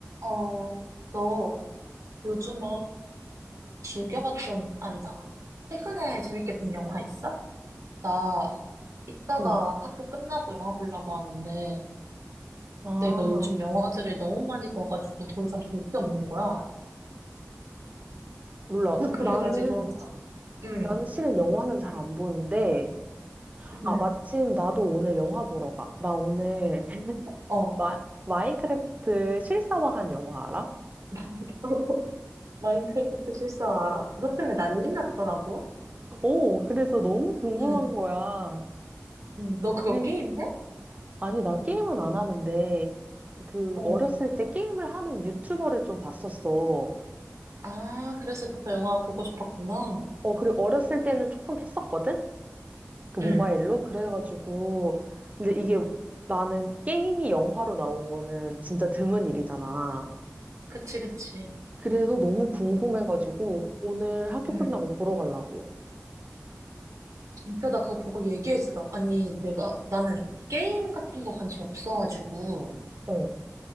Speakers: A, on the right; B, on the right.
A: 어, 너 요즘에 즐겨봤던,
B: 어,
A: 아니다. 최근에 재밌게 본 영화 있어? 나 이따가
B: 어.
A: 학교 끝나고 영화 보려고 하는데
B: 아,
A: 내가 요즘 영화들을 너무 많이 봐가지고 더 이상 볼 게 없는 거야.
B: 몰라.
A: <laughs> 그래가지고,
B: 나는,
A: 응,
B: 나는 실은 영화는 잘 안 보는데, 아,
A: 응,
B: 마침 나도 오늘 영화 보러 가. 나 오늘 <laughs>
A: 어.
B: 마, 마인크래프트 실사화한 영화 알아?
A: 마인- <laughs> 마인크래프트 실사 알아. 그것 때문에 난리 났더라고.
B: 오, 그래서 너무 궁금한
A: 응,
B: 거야.
A: 응. 너 그거
B: 그리고,
A: 게임해?
B: 아니, 난 게임은 안 하는데, 그,
A: 어.
B: 어렸을 때 게임을 하는 유튜버를 좀 봤었어.
A: 아, 그래서 그 영화 보고 싶었구나.
B: 어, 그리고 어렸을 때는 조금 했었거든? 그 모바일로
A: 응.
B: 그래가지고 근데 이게 나는 게임이 영화로 나온 거는 진짜 드문 일이잖아.
A: 그치, 그치.
B: 그래서 너무 궁금해가지고 오늘 학교
A: 응.
B: 끝나고 보러 가려고.
A: 진짜 나 그거 보고 얘기해주라. 아니, 내가, 네. 나는 게임 같은 거 관심 없어가지고,
B: 어,